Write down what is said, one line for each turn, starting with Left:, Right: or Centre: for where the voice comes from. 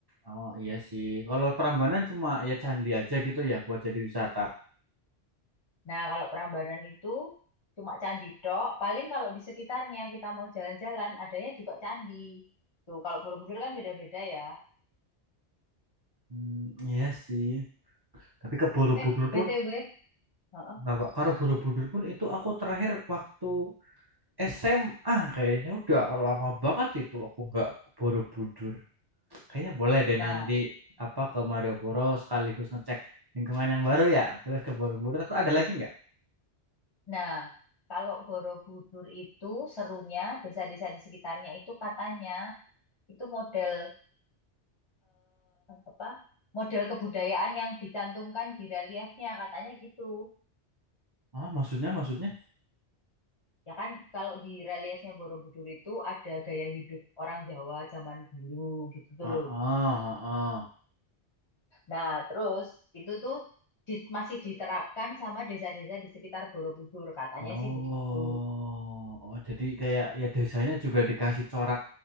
Right: Oh iya sih. Kalau Prambanan cuma ya candi aja gitu ya buat jadi wisata.
Left: Nah, kalau Prambanan itu cuma candi tok. Paling kalau di sekitarnya kita mau jalan-jalan, adanya juga candi. Tuh, kalau Borobudur kan beda-beda ya.
Right: Hmm, iya sih. Tapi ke Borobudur
Left: Eh, BTW.
Right: pun
Left: Heeh.
Right: kenapa? Karena Borobudur pun itu aku terakhir waktu SMA kayaknya udah lama banget itu aku nggak ke Borobudur. Kayaknya boleh deh
Left: Nah,
Right: nanti apa ke Malioboro sekaligus ngecek lingkungan yang baru ya. Terus ke Borobudur. Terus ada lagi nggak?
Left: nah, kalau Borobudur itu serunya desa-desa di sekitarnya itu katanya itu model apa? Model kebudayaan yang dicantumkan di reliefnya katanya gitu.
Right: Ah, maksudnya, maksudnya?
Left: Ya kan kalau di reliefnya Borobudur itu ada gaya hidup orang Jawa zaman dulu gitu tuh
Right: Ah,
Left: loh.
Right: ah, ah, ah.
Left: Nah, terus itu tuh di- masih diterapkan sama desa-desa di sekitar Borobudur, katanya
Right: Oh,
Left: sih begitu.
Right: oh, jadi kayak ya desanya juga dikasih corak,